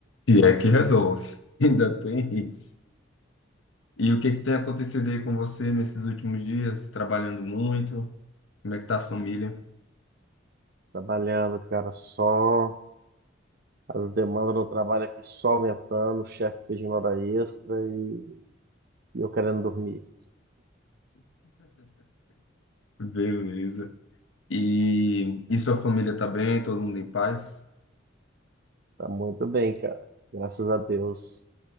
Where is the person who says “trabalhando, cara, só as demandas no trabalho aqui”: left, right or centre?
Right